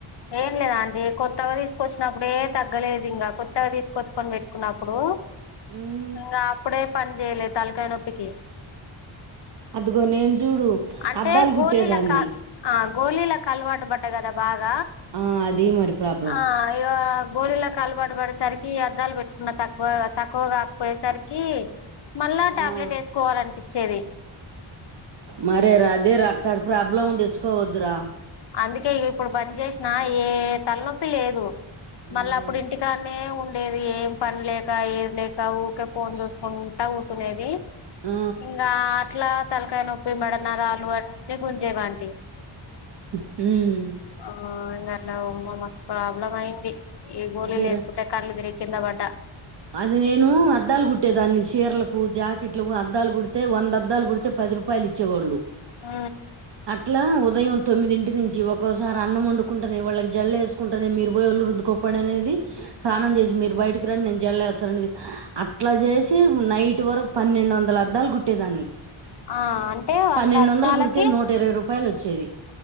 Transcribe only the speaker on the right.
ఉమ్
అదిగో నేను చూడు
అద్దాలు
కుట్టేదాన్ని
ఆ అది మరి ప్రాబ్లం
ఆ
మరేరా అదే రా అట్టాటి ప్రాబ్లం తెచ్చుకోవద్రా
మరే
ఆ
ఉం
అదేరా
అది నేను అద్దాలు కుట్టేదాన్ని చీరలకు జాకెట్లకు అద్దాలు కుడితే వంద అద్దాలు కుడితే పది రూపాయలు ఇచ్చేవాళ్ళు
ఇలా ఉదయం తొమ్మిదింటి నుంచి ఒకోసారి అన్నం వండుకుంటేనే వాళ్ళకి జళ్ళ వేసుకుంటేనే మీరు బోయు వొళ్ళు రుద్దుకో అనేది స్నానం చేసి మీరు బయటకి రండి నేను జడలు యేత్త అనేది అట్లా చేసి నైట్ వరకు పన్నెండు వందల అద్దాలు కుట్టేదాన్ని
పన్నెండు
వందలు కుడితే నూట ఇరవై రూపాయలు వచ్చేది